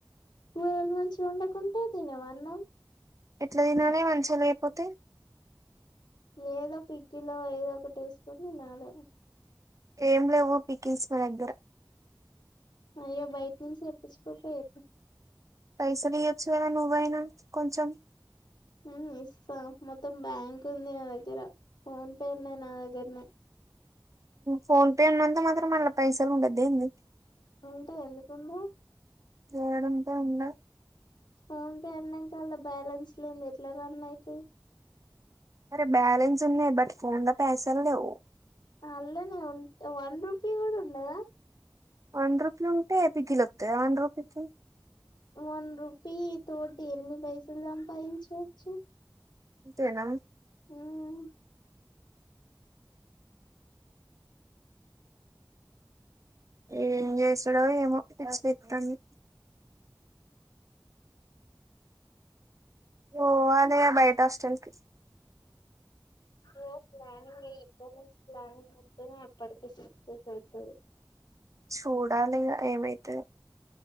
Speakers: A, on the left; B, on the right.
A: కూరలు మంచిగా ఉండకుంటే తినవా అన్నం
B: ఎట్ల తినాలే మంచిగా లేకపోతే
A: ఏదో పికిలో ఏదో ఒకటి వేసుకో నాలో
B: ఏం లేవు పికిల్స్ నా దగ్గర
A: అయ్యో బైకింగ్ సేప్ <inaudible>
B: పైసల్ ఇయొచ్చు కదా నువ్వైనా కొంచం
A: ఉ ఇస్త మొత్తం బ్యాంక్ ఉంది నా దగ్గర ఫోన్ పే ఉన్నది నా దగ్గరనే
B: ఫోన్ పే ఉన్నంత మాత్రం అళ్ళ పైసల్ ఉండద్దా ఏందీ
A: ఉంటయి ఎందుకుండవ్
B: ఏడుంటై ఉండయ్
A: ఫోన్పే అన్నంక అన్లా బ్ బ్యాలెన్స్ లేంది ఎట్ల రన్ అయితయి
B: అరే బాలన్స్ ఉన్నయ్ బట్ ఫోన్ల పైసల్ లేవు
A: అల్లనే ఉ వన్ రూపీ గుడా ఉండదా
B: వన్ రూపీ ఉంటే పికిల్ వస్తదా వన్ రూపీకి
A: వన్ రూపీ తోటి ఎన్ని పైసల్ సంపాదించావ్ చు
B: ఇంతేనా
A: ఉం
B: ఏం చేసుడో ఏమో పిచ్చిలేత్తాంది ఓ అదే బయట హాస్టల్కి
A: పో ప్లానింగ్ వెయ్యి ఇప్పటి నుంచి ప్లానింగ్ వేస్తేనే ప్పడికి సెట్ అయితే అయితది
B: చూడాలి ఇగ ఏమైతదో